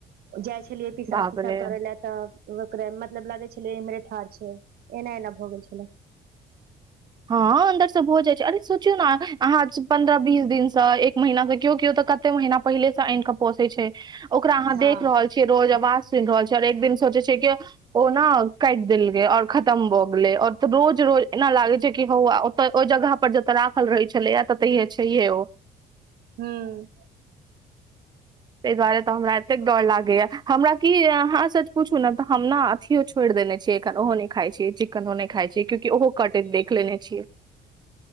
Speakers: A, on the right; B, on the right.
A: जाइ छलियै पिसाब
B: बाप
A: तिसाब
B: रे
A: करै लए तऽ ओकरा मतलब लागै छलै इम्हरे ठाढ़ छै, एना एना भऽ गेल छलै।
B: हँ अन्दर से भ जाइ छै, अरे सोचियौ ने अहाँ पन्द्रह बीस दिनसँ, महिना से केओ - केओ तऽ कते महीना पहिले से आइन के पोसे छै, ओकरा अहाँ
A: हँ
B: देख रहल छीय रोज आवाज सुनि रहल छीय, और एकदिन सोचे छैै, कि ओ ओ न काटि देल गेलै और खतम भऽ गेलै औरऽ रोज -रोज एना लागै छै, हौ आ ओतऽ ओहि जगह पर जतऽ राखल रहै छलैया ततहिये छहिये ओ।
A: हँ
B: ताहि दुआरे तऽ हमरा एतेक डर लागे या हमरा की ये अहाँ सच पूछू ने तऽ हम ना, अथियो छोड़ देने छियै, एखन ओहो न खाइ छी चिकनो नहि खाई छी, कियाकी ओहो कटैत देख लेने छियै।